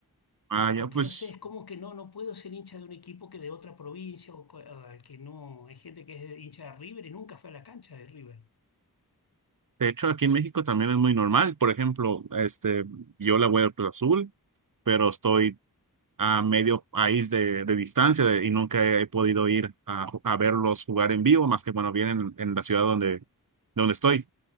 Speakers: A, on the right (about 60°); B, on the left (about 85°).
A: Ah, ya,
B: Porque
A: pues,
B: no sé, es como que no, no puedo ser hincha de un equipo que de otra provincia o co- al que no. Hay gente que es hincha de River y nunca fue a la cancha de River.
A: de hecho, aquí en México también es muy normal. Por ejemplo, este, yo le voy al Cruz Azul, pero estoy a medio país de, de distancia de- y nunca he podido ir a, ju- a verlos jugar en vivo, más que bueno, vienen en la ciudad donde, donde estoy.